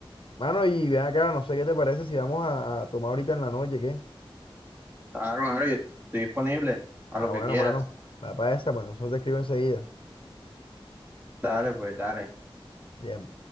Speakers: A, on the left; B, on the right.
A: Mano, y ven acá, no sé qué te parece si vamos a a tomar ahorita en la noche, ¿qué?
B: Claro, claro, yo estoy disponible a
A: Ah,
B: lo que
A: bueno,
B: quieras.
A: mano, va para esa, pues nosotros te escribo enseguida.
B: Dale, pues, dale.
A: Bien.